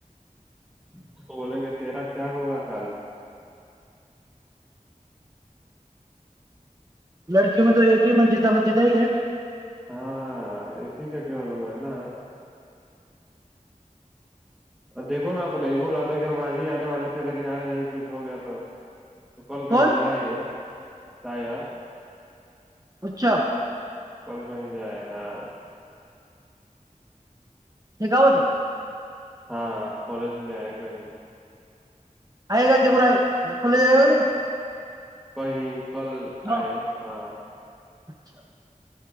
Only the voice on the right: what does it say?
لڑکیوں میں تو ایک ہی منجتا منجید ہی ہے
کون
اچھا
یہ کا ہوتا
آئے گا جے پورا کھلیے جائے گا <inaudible>
کیا
اچھا